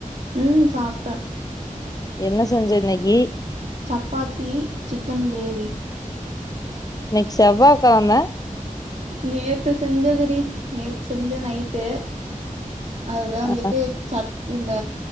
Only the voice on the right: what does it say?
ம் சாப்டே
சப்பாத்தி சிக்கன் கிரேவி
நேத்து செஞ்சதுடி நேத் செஞ்சே நைட்டு அதா வந்துட்டு
சட் இந்த